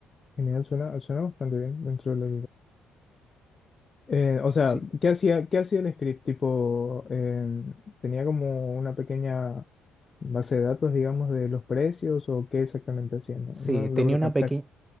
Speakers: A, on the left; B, on the right.
A: Genial, suena, suena bastante bien dentro de la Eh, o sea,
B: Sí,
A: ¿qué hacía, qué hacía el script? Tipo, em, ¿tenía como una pequeña base de datos, digamos, de los precios o qué exactamente hacía? No,
B: sí,
A: no logro
B: tenía una
A: captar.
B: pequeña...